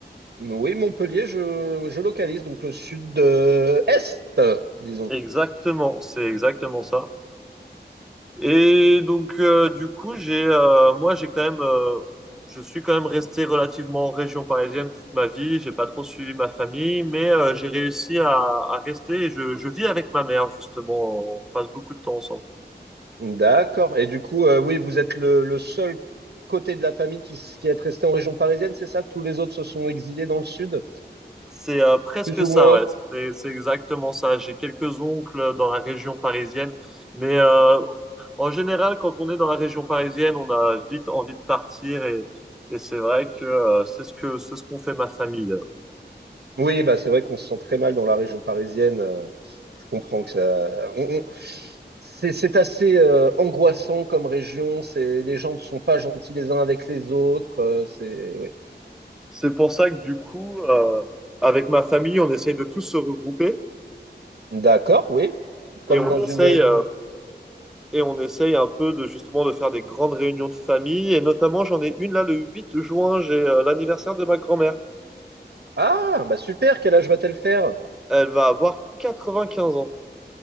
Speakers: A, on the right; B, in the centre.
A: Oui, Montpellier, je, je localise, donc le sud-est, disons.
B: Exactement, c'est exactement ça. Et donc, euh, du coup, j'ai, euh, moi, j'ai quand même, euh, je suis quand même resté relativement en région parisienne toute ma vie. J'ai pas trop suivi ma famille, mais euh, j'ai réussi à, à rester. Et je, je vis avec ma mère justement. On passe beaucoup de temps ensemble.
A: D'accord. Et du coup, euh, oui, vous êtes le, le seul côté de la famille qui, s- qui est resté en région parisienne, c'est ça? Tous les autres se sont exilés dans le sud,
B: C'est euh, presque
A: plus ou
B: ça,
A: moins?
B: ouais. C'est, c'est exactement ça. J'ai quelques oncles dans la région parisienne, mais euh, en général, quand on est dans la région parisienne, on a vite envie de partir et, et c'est vrai que euh, c'est ce que c'est ce qu'on fait ma famille.
A: Oui, bah c'est vrai qu'on se sent très mal dans la région parisienne. euh, je comprends que ça. on- on- C'est c'est assez euh, angoissant comme région. C'est les gens ne sont pas gentils les uns avec les autres. euh, c'est oui.
B: C'est pour ça que du coup, euh, avec ma famille, on essaye de tous se regrouper
A: D'accord, oui. Comme
B: et on
A: dans
B: essaye
A: une,
B: euh, et on essaye un peu de justement de faire des grandes réunions de famille. Et notamment, j'en ai une là le 8 juin, j'ai euh, l'anniversaire de ma grand-mère.
A: Ah, bah super, quel âge va-t-elle faire?
B: Elle va avoir 95 ans.